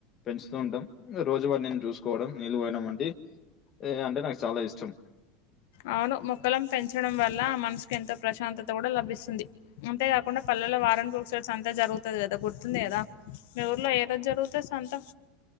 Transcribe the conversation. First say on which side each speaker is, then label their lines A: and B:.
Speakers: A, on the left; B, on the left.
A: పెంచుతూ ఉంటాం రోజువార నేను చూసుకోవడం నీళ్ళు పోయడం వంటి అంటే నాకు చాలా ఇష్టం
B: అవును మొక్కలలను పెంచడం వల్ల ఆ మనసుకు ఎంతో ప్రశాంతత కూడా లభిస్తుంది అంతేకాకుండా ప పలలో వారన్ సంతజరుగుతుంది కదా గుర్తుంది కదా మీ ఊర్లో ఏద జరుగుతుంది సొంతా